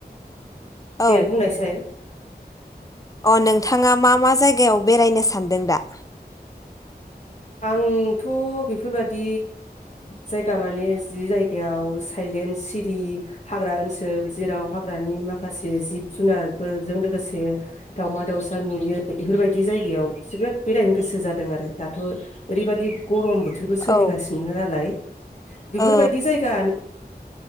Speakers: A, on the left; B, on the left.
A: औ
B: दे बुंनायसाय।
A: अ नोंथाङा मा मा जायगायाव बेरायनो सानदों दा?
B: आंथ' बेफोरबादि जायगा माने जि जायगायाव थाइलेण्ड सिरि हाग्रा ओनसोल जेराव हाग्रानि माखासे जिब जुनारफोरजों लोगोसे दावमा दाउसा नुयो। बेफोरबायदि जायगायाव जोबोद बेरायनो गोसो जादों आरो दाद ओरैबायदि गरम बोथोरबो सोलिगासिनो
A: औ
B: नालाय बेफोरबायदि
A: औ
B: जायगा